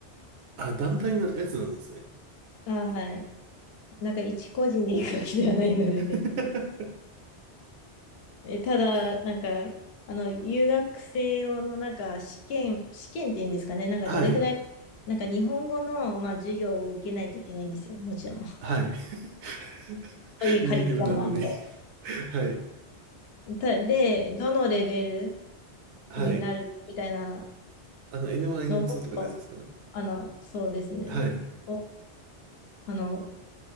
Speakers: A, on the right; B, on the left.
A: あ、団体のやつなんですね。
B: あはい。なんか一個人で行くわけではないので別に。
A: <laughs>
B: <laughs> え、ただ、なんか、あの、留学生用のなんか試験、試験っていうんですかね、なんかどれぐらい、
A: はい、
B: なんか日本語の、まあ、授業を受けないといけないんですよ、もちろん。<laughs>
A: はい。<laughs>
B: そういうカリキュラムなんで。
A: ネイティブなのに。はい、
B: たで、どのレベル
A: はい。
B: になるみたいな
A: あの、N1、N2
B: のを、
A: とかのやつですかね。
B: あの、そうですね。
A: はい、
B: をあの、